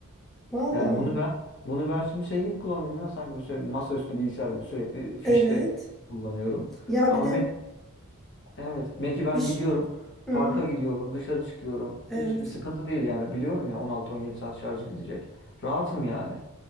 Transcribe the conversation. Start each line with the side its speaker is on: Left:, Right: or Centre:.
Centre: Vallahi
Left: Yani
Centre: mı?
Left: bunu ben bunu ben şimdi şey gibi kullanıyorum ya sanki bu sürekli masaüstü bilgisayar gibi sürekli fişte
Centre: Evet.
Left: kullanıyorum.
Centre: Ya
Left: Ama
Centre: bir de
Left: Mac evet Mac'i ben
Centre: bir ş-
Left: gidiyorum.
Centre: hı
Left: Parka
Centre: hı.
Left: gidiyorum, dışarı çıkıyorum.
Centre: Evet.
Left: Hiç sıkıntı değil yani. Biliyorum ya 16-17 saat şarjı gidecek. Rahatım yani.